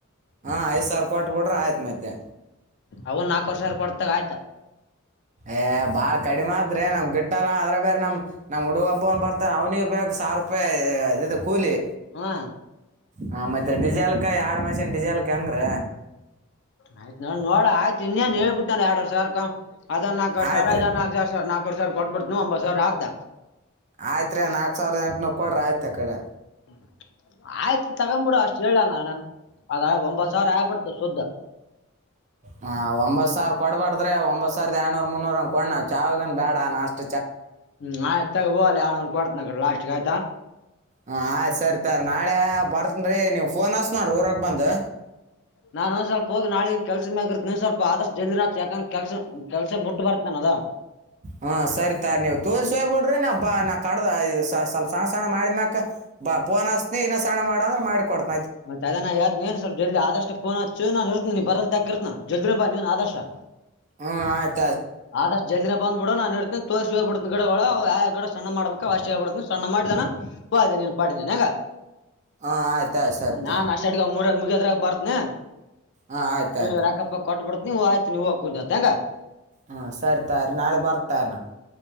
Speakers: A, on the right (about 35°); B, on the left (about 50°).
A: ಹಾಂ ಐದು ಸಾವಿರ ಕೊಟ್ಟಟ್ಬಿಡ್ರಿ ಆಯ್ತು ಮತ್ತೆ
B: ಅವನ್ ನಾಲ್ಕು ವರ್ಷ ಕೊಡ್ತಾಗ ಆಯ್ತಾ
A: ಏ ಬಾಳ್ ಕಡಿಮೆ ಆದ್ರೆ ನಮ್ ಗಿಟ್ಟಲ್ಲ ಅದ್ರ ಬೇರೆ ನಮ್ ನಮ್ ಹುಡುಗ್ಬ್ಬವ್ ಬರ್ತಾನ ಅವ್ನಿಗೆ ಬೇರ್ ಸಂ ಸಾವಿರ ರೂಪಾಯಿ ಇದೆ ಕೂಲಿ
B: ಹಾ
A: ಹಾ ಮತ್ತೆ ಡಿಸೆಲ್ಕ ಎರಡ್ ಮಿಷನ್ ಡಿಸೆಲ್ಕ ಹಂಗ್ರ
B: ಆಯ್ತ ನೋ ನೋಡು ಆಯತ ಇನೇನು ಹೇಳ್ಬಿಟ್ಟ ಎರಡು ವರೆ ಸಾವಿರಕ್ಕ ಹದ್ ನಾಕುವರೆ
A: ಆಯ್ತು
B: ಸಾವಿರ ಇದು
A: ರೀ
B: ಒಂದು ನಕುವರೇ ಸಾವಿರ ಕೊಡ್ಬ ಬಿಡ್ತೀನಿ ನೀವು ಒಂಬತ್ ಸಾವಿರ ಆದಾ
A: ಆಯ್ತ್ ರಿ ನಾಕ್ ಸಾವಿರದ ಎಂಟನೂರು ಕೊಡ್ರಿ ಆಯ್ತು ಆಕಡೆ
B: <inaudible> ಆಯ್ತು ತಗೊಬಿಡು ಅಷ್ಟ್ ಹೇಳಲ್ಲ ನನ್ ಅದ ಒಂಬತ್ ಸಾವಿರ ಆಗ್ಬಿಡ್ತ ಸುದ್ದ <inaudible>
A: ಹಾ ಒಂಬತ್ ಸಾವಿರ ಕೊಡಬೇಡ್ರಿ ಒಂಬತ್ ಸಾವಿರದ ಎರಡ್ನೂರ್ ಮುನ್ನೂರ ಕೊಡ್ ನಾವು ಚಾ ಗೇನು ಬೇಡ ನಷ್ಟ
B: ಹ್ಮ್ ಆಯ್ತ ತಗೋ ಹೋಗ್ಲಿ ಕೊಡ್ತನೇ ಲಾಸ್ಟ್ಗೇ ಆಯ್ತಾ
A: ಹ ಆಯ್ ಸರಿ ತರ್ ನಾಳೆ ಬರ್ತನ್ರಿ ನೀವು ಫೋನ್ ಹಾಚ್ಚ್ ನೋಡು ಊರಿಗೆ ಬಂದು
B: ನಾನು ಸ್ವಲ್ಪ ಹೋದ್ರೆ ನಾಳ ಕೆಲ್ಸ ಮೆಗೆಇರ್ತಿನಿ ನೀನ್ ಸ್ವಲ್ಪ ಆದಷ್ಟ ಜಲ್ದಿನ ಯಾಕಂದ್ರ ಕೆಲ್ಸ ಕೆಲ್ಸ ಬಿಟ್ಟ ಬರ್ತೀನಿ ಅಲ್ವಾ ಲ
A: ಹ್ಮ ಸರಿತಾ ನೀವು ತೋರ್ರಿಸೆ ಬಿಡ್ರಿ ನಾ ಕಡ್ದ ಇದು ಸ್ವಲ್ಪ ಸಣ್ಣ ಸಣ್ಣ ಮಾಡಿದ್ಮೇಲೆ ಫೋನ್ ಹಚ್ತಿನಿ ಇನ್ನ ಸಣ್ಣ ಮಾಡ ಅಂದ್ರೆ ಮಾಡಿಕೊಡ್ತನಿ
B: ಮತ್ತೆ ಅದನ್ನ ನಾನ್ ಹೇಳ್ತಿನಿ ಸ್ವಲ್ಪ ಜಲ್ದಿ ಆದಷ್ಟು ಪೋನ್ ಹಚ್ಚು ನನ್ ಇರುತ್ತ ನೀ ಬರಾಕಿರ್ತ್ ಜಡ್ರಂಬಾ ಜಾಗ್ರನೆ ಬಾ ನೀನ್ ಆದಷ್ಟು
A: ಹ್ಮ ಆಯ್ತ
B: ಆದಷ್ಟ ಜಲ್ದಿನ ಬಂದ್ ಬಿಡು ನಾನ್ ಇರ್ತನಿ ತೋರಿಸಿ ಯಾವ ಯಾವ ಗಿಡ ಸಣ್ಣ ಮಾಡ್ಬೇಕಕ್ ಅವಷ್ಟ ಹೇಳಿಬಿಡ್ತೀನಿ ಅವಷ್ಟು ಸಣ್ಣ ಮಾಡಿದನ ಹೋಗು ನಿನ್ನ ಪಾಡಿಗೆ ನೀನು
A: ಹಾಂ ಆಯ್ತು ಆಯ್ತು ಸರಿ
B: ನಾನ್,
A: ತಾರಿ
B: ಅಷ್ಟಾಡ್ಕ ಮೂರು. <inaudible> ಮುಗಿಯದ್ರಾಗ, ಬರೀತೀನಿ,
A: ಹಾಂ ಆಯ್ತು
B: ನೀನು
A: ಆಯ್ತು
B: ರಾಕಪ್ಪ
A: ರೀ
B: ಕೊಟ್ಟ ಬಿಡು. <inaudible> ನೀವು, ಆಯ್ತು, ನೀವ, ಕುಂದಾ? <unintelligible>
A: ಹಾ, ಸರಿ, ತರಿ, ನಾಳೆ! ಬರ್ತರಣ. <inaudible>